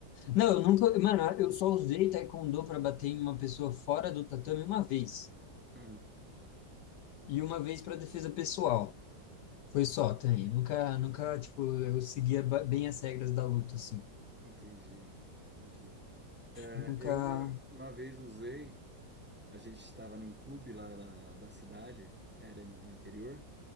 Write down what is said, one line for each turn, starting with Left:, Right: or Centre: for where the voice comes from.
Left: Não, eu nunca. Mano, eu só usei taekwondo para bater em uma pessoa fora do tatame uma vez.
Centre: Ah,
Left: E uma vez para defesa pessoal. Foi
Centre: ent-
Left: só também. Nunca, nunca, tipo, eu seguia ba- bem as regras da luta, assim.
Centre: entendi, entendi. Eh,
Left: Nunca.
Centre: eu uma, uma vez usei, a gente estava num clube lá da, da cidade, era no interior.